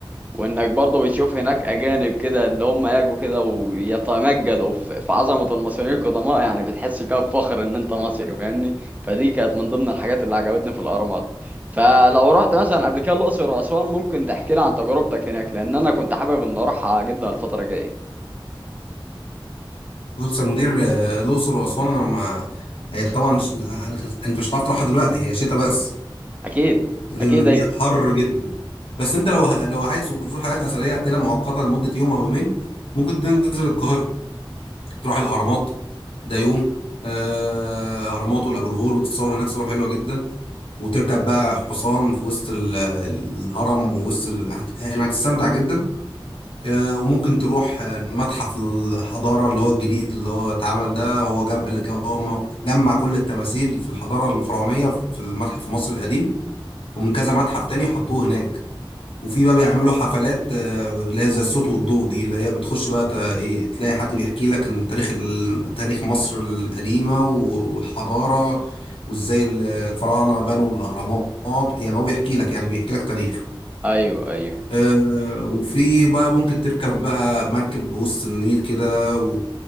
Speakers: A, on the right; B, on the left.
A: وانك برضه بتشوف هناك اجانب كده اللي هم يجوا كده ويتمجدوا في في عظمه المصريين القدماء يعني بتحس كده بفخر ان انت مصري فاهمني فدي كانت من ضمن الحاجات اللي عجبتني في الاهرامات فلو رحت مثلا قبل كده الاقصر واسوان ممكن تحكي لي عن تجربتك هناك لان انا كنت حابب ان اروحها جدا الفتره الجايه
B: بص يا مدير آه، الأقصر وأسوان أنا ما هي طبعا مش- آه، أنت مش هتعرف تروحها دلوقتي هي شتاء بس
A: اكيد
B: لأن
A: اكيد
B: هي
A: ايوه
B: حر جدا بس أنت لو لو عايز تزور حاجات أثرية كده مؤقتة لمدة يوم أو يومين ممكن تنزل القاهرة تروح الأهرامات ديوم آه، اهرامات وابو الهول وتصور هناك صور حلوه جدا وتركب بقى حصان في وسط ال- الهرم ووسط ال... هت- يعني هتستمتع جدا آه، وممكن تروح آه، متحف الحضاره اللي هو الجديد اللي هو اتعمل ده هو جم... اللي هو م- جمع كل التماثيل في الحضاره الفرعونيه في المتحف المصري القديم ومن كذا متحف تاني حطوه هناك وفي بقى بيعملوا حفلات آه، اللي هي زي الصوت والضوء دي اللي هي بتخش بقى ت- إيه، تلاقي حد بيحكي لك عن تاريخ ال- تاريخ مصر القديمة و- والحضارة وازاي ال- الفراعنة بنوا الأهرامات يعني هو بيحكي لك يعني بيحكي لك تاريخ
A: ايوه ايوه
B: آه، وفي بقى ممكن تركب بقى مركب بوسط النيل كده و...